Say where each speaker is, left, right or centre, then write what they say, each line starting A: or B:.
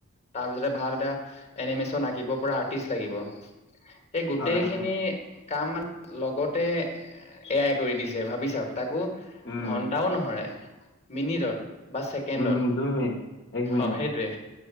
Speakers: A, on the left (about 30°); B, on the left (about 50°).
A: তাৰ পিছতে ভাল এটা এনিমেচন আঁকিব পৰা আৰ্টিষ্ট লাগিব এই গোটেইখিনি
B: হয় হয় হয়
A: কাম মানে লগতে এয়াই কৰি দিছে ভাবি চাওক তাকো
B: উম
A: ঘন্টাও নহৰে মিনিটত বা ছেকেণ্ডত
B: উম দুই মিনিট এক মিনিট
A: অ সেইটোৱে